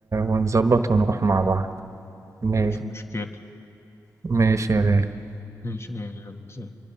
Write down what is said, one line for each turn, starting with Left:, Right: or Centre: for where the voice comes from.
Right: ونظبط ونروح مع بعض ماشي
Left: مفيش مشكلة
Right: ماشي يا غالي.
Left: إن شاء الله يلا، سلام.